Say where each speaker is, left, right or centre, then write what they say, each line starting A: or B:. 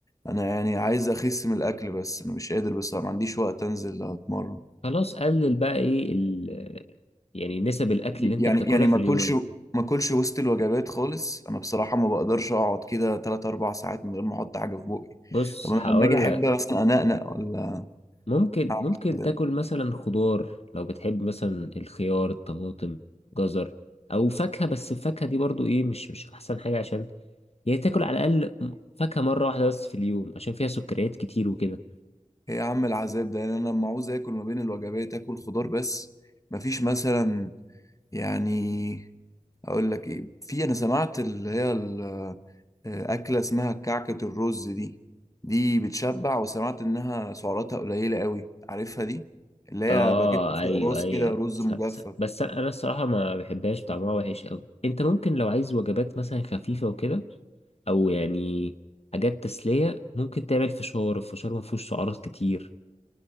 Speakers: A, on the left; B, on the left.
A: انا يعني عايز اخس من الاكل بس انا مش قادر بس ما عنديش وقت انزل اتمرن
B: خلاص قلل بقى ايه ال... يعني نسب الاكل
A: يعني
B: اللي انت بتاكلها
A: يعني
B: في
A: ما
B: اليوم
A: اكلش ما اكلش وسط الوجبات خالص انا بصراحه ما بقدرش اقعد كده 3 4 ساعات من غير ما احط حاجه في بقي
B: بص
A: طب انا
B: هقول
A: لما اجي احب مثلا انقنق ولا
B: ممكن
A: اعمل
B: ممكن
A: كده
B: تاكل مثلا خضار لو بتحب مثلا الخيار الطماطم جزر او فاكهة بس الفاكهة دي برضو ايه مش مش احسن حاجة عشان يعني تاكل على الاقل م- فاكهة مرة واحدة بس في اليوم عشان فيها سكريات كتير وكده
A: ايه يا عم العذاب ده يعني انا لما عاوز اكل ما بين الوجبات اكل خضار بس مفيش مثلا يعني اقول لك ايه في انا سمعت اللي هي ال- آه، اكله اسمها كعكه الرز دي دي بتشبع وسمعت انها سعراتها قليله قوي عارفها دي اللي هي
B: اه
A: باكيت فيه
B: ايوه
A: رز
B: ايوه
A: كده رز
B: س-
A: مجفف
B: س- بس انا الصراحة ما بحبهاش طعمها وحش قوي انت ممكن لو عايز وجبات مثلا خفيفة وكده او يعني حاجات تسلية ممكن تعمل فشار الفشار ما فيهوش سعرات كتير